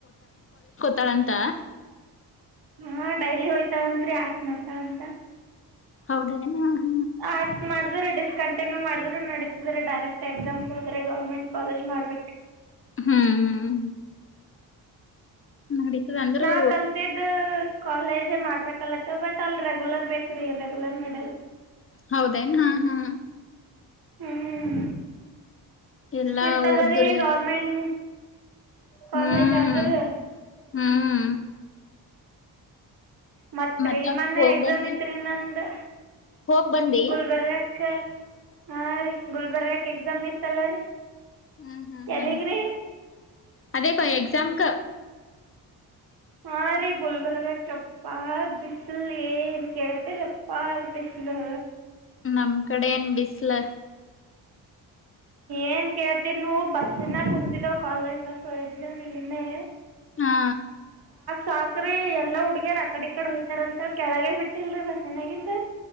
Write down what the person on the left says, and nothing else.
ತಾಳಂತ
ಹೌದೇನೆ ಅಹ್
ಹ್ಮ್ ನಡೀತದ ಅಂದ್ರು
ಹೌದೇನ್ ಹಾ ಹಾ
ಎಲ್ಲಾ
ಓದ್ದುರೆ
ಹ್ಮ್
ಹ್ಮ್
ಮತ್ತ
ಹೋಗ್
ಬಂದು
ಹೋಗ್ ಬಂದಿ
ಹ್ಮ ಹ್ಮ್
ಹ್ಮ್
ಅದೇ ಕೊ ಎಕ್ಸಾಮ್ಕ
ನಮ್ ಕಡೆ ಏನ್ ಬಿಸ್ಲ
ಹಾ